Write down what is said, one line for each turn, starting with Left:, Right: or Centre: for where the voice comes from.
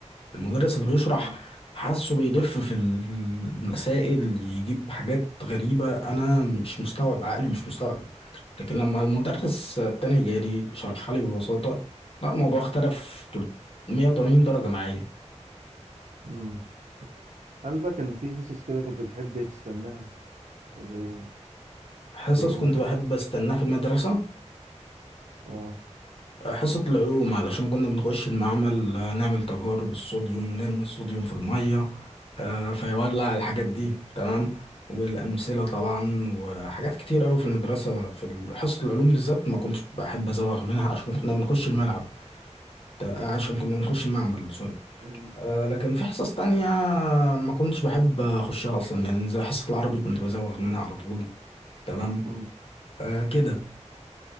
Left: المدرس اللي بيشرح
Right: آه.
Left: حاسه بيلف في المسائل يجيب حاجات غريبة أنا مش مستوعب عقلي مش مستوعب لكن لما المدرس التاني جالي شرحها لي ببساطة لا الموضوع اختلف 180 درجة معايا
Right: امم هل بقى كان في حصص كده كنت بتحب تستناها زي
Left: حصص
Right: زي
Left: كنت
Right: مثلا
Left: بحب أستناها في المدرسة
Right: اه
Left: حصة العلوم علشان كنا بنخش المعمل آه، نعمل تجارب الصوديوم نرمي الصوديوم في المية آه، فيولع الحاجات دي تمام والأمثلة طبعا وحاجات كتير أوي في المدرسة في ال- حصة العلوم بالذات ما كنتش بحب أزوغ منها عشان كنا بنخش
Right: مم.
Left: الملعب ده- عشان كنا بنخش المعمل سوري
Right: مم.
Left: آه، لكن في حصص تانية ما كنتش بحب أخشها أصلا يعني زي حصة العربي كنت بزوغ منها على طول تمام
Right: مم.
Left: آه، كده